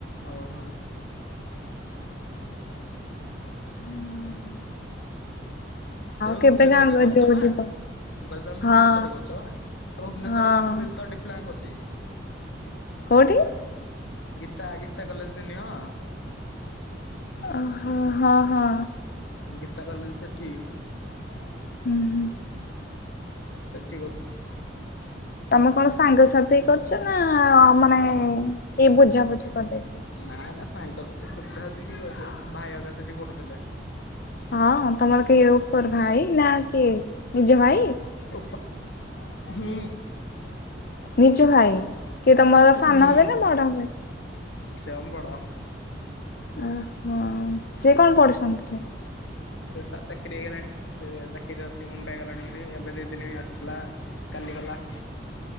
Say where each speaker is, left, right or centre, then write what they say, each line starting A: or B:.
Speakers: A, on the left; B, on the left.
A: ହଁ ହଁ। ହଁ
B: ହୁଁ।
A: ତମେ
B: କେବେ
A: ଭୁବନେଶ୍ୱର
B: ଗାଁକୁ
A: ରେ କରୁଛ
B: ଯୋଉ
A: ବା?
B: ଯିବ
A: ମୁଁ କହିଲି ତମେ
B: ହଁ
A: ଭୁବନେଶ୍ୱରରେ କରିଛ ଆଉ ଭୁବନେଶ୍ୱରରେ
B: ହଁ
A: ମୁଁ ବି ତେ ପ୍ଲାନ୍ ଅଛି।
B: କୋଉଠି?
A: ଗୀତା ଗୀତା କଲେଜରେନି ହଁ।
B: ଅହ ହଁ ହଁ।
A: ଗୀତା କଲେଜ ସେଠି? <unintelligible>
B: ହୁଁ ହୁଁ।
A: ସେଠି ଅଛି।
B: ତମେ କଣ ସାଙ୍ଗସାଥି କରୁଛ ନା ମାନେ କେହି ବୁଝାବୁଝି କରିଦେଇଛନ୍ତି।
A: ନା ନା ସାଙ୍ଗସହିତ ବୁଝାୁଝିକ କରିବ ଭାଇକା ସେଠି ପଢୁଥିଲେ।
B: ହଁ ତମର କେହି ଉପର ଭାଇ ନା କିଏ ନିଜ ଭାଇ?
A: ଉପା ହଁ।
B: ନିଜ ଭାଇ, କିଏ ତମର ସାନ
A: ହୁଁ
B: ହାଏ ନା ବଡ଼ ହେବେ?
A: ସେ ଆମ ବଡ଼।
B: ଓହୋଃ ସେ କଣ ପଢ଼ୁଛନ୍ତି କି?
A: ସେ ତାର ଚାକିରି ହେଇଗଲାଣି ସେ ଚାକିରିରେ ଅଛି ମୁମ୍ବାଇ ଗଲାଣି ଭାରି ଏବେ ଦିଇ ଦିନ ଆସିଥିଲା କାଲି ଗଲା।